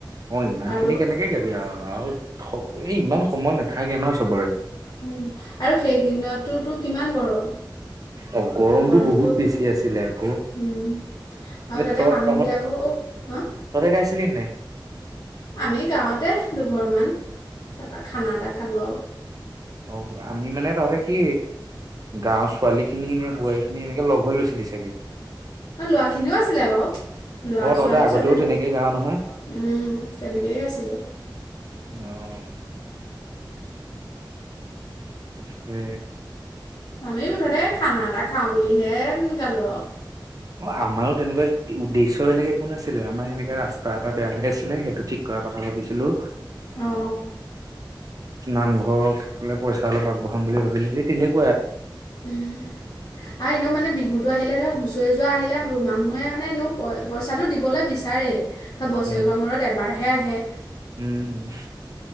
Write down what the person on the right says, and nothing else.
অ ইমান
খিনি কেনেকে গাবি আৰু আৰু এই ইমান সময় নাথাকে ন চবৰে
অ গৰমতটো
বেছি আছিলে
আকৌ
যে
ত
তহঁত
তহঁতে গাইছিলি নাই
অ আমি মানে তহাঁতে কি, গাঁওৰ ছোৱালীখিনি নে বোৱাৰীখিনি এনেকে লগ হৈ লৈছিলি চাগে!
অ তহঁতে
আগতেও
তেনেকে গাও নহয়
অ' তাকে!
অ আমাৰো তেনেকুৱা উদ্দেশ্য বেলেগ একো নাছিলে, আমাৰ এনেকে ৰাস্তা এটা বেয়া হৈ আছিলে সেইটো ঠিক কৰাৰ কথা ভাবিছিলোঁ।
নামঘৰলে পইচা অলপ আগবঢ়াম বুলি ভাবিলোঁ তেনেকুৱা
উম
উম।